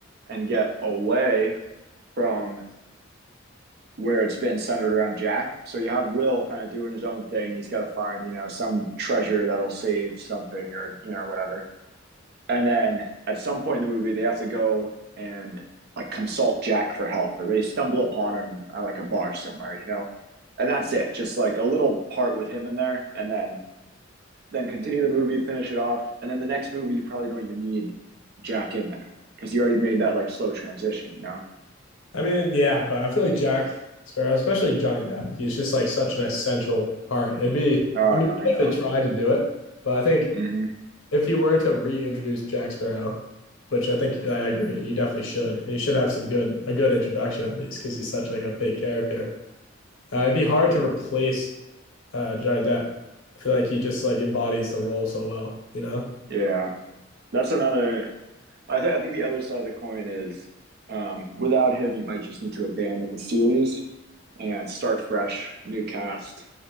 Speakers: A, on the right (about 55°); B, on the left (about 80°).
A: and get away from where it's been centered around Jack. So you have Will kind of doing his own thing. He's got to find, you know, some treasure that'll save something or, you know, whatever. And then at some point in the movie, they have to go and like consult Jack for help or they stumble upon him at like a bar somewhere, you know? And that's it. Just like a little part with him in there. And then then continue the movie, finish it off, and then the next movie you probably don't even need Jack in there because you already made that like slow transition, you know?
B: I mean, yeah, but I feel like Jack Sparrow, especially Johnny Depp, he's just like such an essential part. It'd be,
A: Oh
B: I mean,
A: no, I
B: you
A: know.
B: definitely try to do it, but I think
A: hmm
B: if you were to reintroduce Jack Sparrow, which I think I agree, you definitely should. You should have some good, a good introduction at least, because he's such like a big character. Uh, it'd be hard to replace uh, Johnny Depp. I feel like he just like embodies the role so well, you know?
A: Yeah, that's another. I think I think the other side of the coin is um, without him, you might just need to abandon the series and start fresh, new cast,